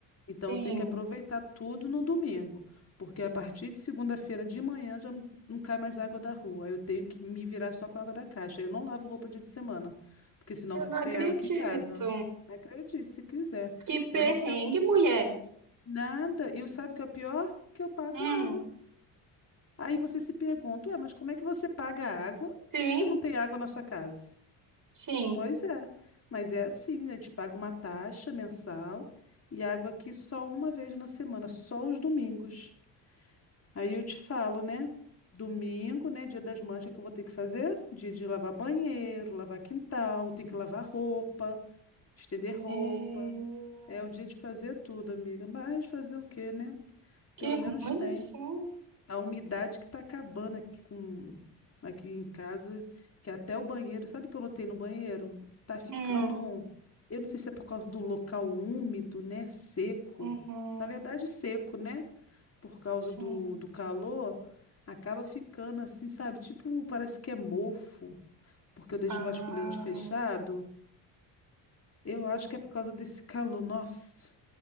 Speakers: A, on the left (about 30°); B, on the right (about 45°).
A: Então,
B: sim.
A: eu tenho que aproveitar tudo no domingo, porque a partir de segunda-feira de manhã já não não cai mais água da rua. Eu tenho que me virar só com a água da caixa. Eu não lavo roupa dia de semana, porque senão
B: Eu
A: eu fico
B: não acredito.
A: sem água aqui em casa. Acredite, se quiser.
B: Que perrengue,
A: Eu não sei.
B: mulher.
A: Nada. E o- sabe o que é pior? Que eu pago
B: Hum,
A: água. Aí você se pergunta, ué, mas como é que você paga água
B: sim,
A: se não tem água na sua casa?
B: sim.
A: Pois é. Mas é assim, né? A gente paga uma taxa mensal e água aqui só uma vez na semana, só os domingos. Aí eu te falo, né? Domingo, né? Dia das Mães, o que que eu vou ter que fazer? Dia de lavar banheiro, lavar quintal, tem que lavar roupa, estender
B: Meu,
A: roupa. É o dia de fazer tudo, amiga. Mas fazer o quê, né?
B: que
A: Pelo
B: ruim
A: menos tem.
B: assim.
A: A umidade que tá acabando aqui com aqui em casa, que até o banheiro, sabe o que eu notei no banheiro? Tá ficando,
B: Hum,
A: eu não sei se é por causa do local úmido, né, seco.
B: uhum,
A: Na verdade, seco, né? Por causa
B: sim.
A: do, do calor, acaba ficando assim, sabe? Tipo, parece que é mofo, porque eu deixo
B: Ah,
A: o vasculhante fechado. Eu acho que é por causa desse calor. Nossa,